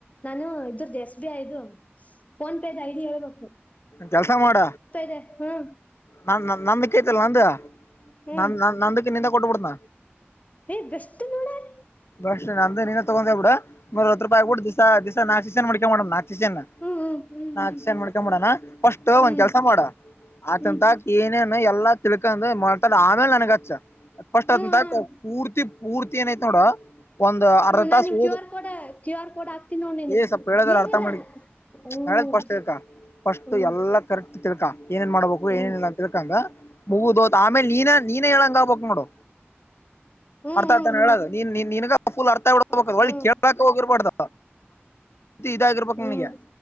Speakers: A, on the left; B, on the left.
A: ನಾನು ಇದ್ರ ದಸ್ ಿಯದು ಫೋನ್ ಪೇದ ಐಡಿ ಹೇಳ್ಬೇಕು
B: ಕೆಲ್ಸ ಮಾಡ
A: ದ್ ಹ್ಮ್
B: ನ ನಮ ಕೈತಲ್ಲ ನಂದ
A: ಹ್ಮ್
B: ನ ನ ನಂದುಕ ನಿಂತಾ ಕೊಟ್ಟ ಬಿಡತ
A: ಏ ನೋಡ್ ಅಲ್ಲಿ.
B: ಬಸ್ ನ ಅಂದ ನೀನೇ ತಗೊಂಡೇ ಬಿಡತ್ ರೂಪಿ ಆಬ ಬಿಡ್ ದಿಸಸಾಕ್ ದಸನ್ ಮಡಿಕಕ ಮಾಡ ನಾಕ್ ಚನ್ನ
A: ಹ್ಮ್ ಹ್ಮ್
B: ನಾನ್
A: ಹ್ಮ್
B: ಮಾಡ್ಕೊಂಡಂಬಡಣ ಫಸ್ಟ್
A: ಹ್ಮ್
B: ಒಂದ್ ಕೆಲ್ಸ ಮಾಡ ಆಕಂತ
A: ಹ್ಮ್
B: ಏನೇ ಎಲ್ಲಾ ತಿಳ್ಕ ಮಾಡತಾ ಆಮೇಲೆ ನನ್ಗಚ್ಚ ಪಸ್ಟ್
A: ಹ್ಮ್
B: ಅದ ಪೂರ್ತಿ ಮೂರ್ತಿ ಏನಐತೆ ನೋಡ ಒಂದ್ ಅರ್ಧ
A: ಹ್ಮ್ ನಾನ್
B: ತಾಸ ಹೂದು
A: ಕ್ಯೂ R code Q R code ಹಾಕ್ತೀನಿ ನೋಡ್ ನಿನಗ
B: ಏ ಸ್ವಪ ಹೇಳದ್ರ
A: ಏನಿಲ್ಲ
B: ಅರ್ಧ ಮಾಡ
A: ಹ್ಮ್
B: ನಾಳೆದ ಫಸ್ಟ್ ತಿಳ್ಕ ಫಸ್ಟ್
A: ಹ್ಮ್
B: ಎಲ್ಲಾ ಕರೆಕ್ಟ್ ತಿಳ್ಕಾ ಏನೇನ್ ಮಾಡ್ಬೇಕು
A: ಹ್ಮ್
B: ಏನೇನಿಲ್ಲ
A: ಹ್ಮ್
B: ಅಂತ ತಿಳ್ಕಂದ ಮೂಗುದೋ ಆಮೇಲೆ ನೀನ ನೀನ ಹೇಳಂಗ ಆಗ್ಬಕ್ ನೋಡ
A: ಹ್ಮ್
B: ಅರ್ಥ ಅರ್ಥಾನ ಹೇಳದು ನೀನ್ಗ ಫುಲ್ ಅರ್ಥಡಬೇಕ
A: ಹ್ಮ್ ಹ್ಮ್
B: ಕೇಳಕ್ ಹೋಗ ಕೊಡ್ದ ತಿ ಇದಾಗಿರ್ಬೇಕಕ್
A: ಹ್ಮ್
B: ನನ್ಗೆ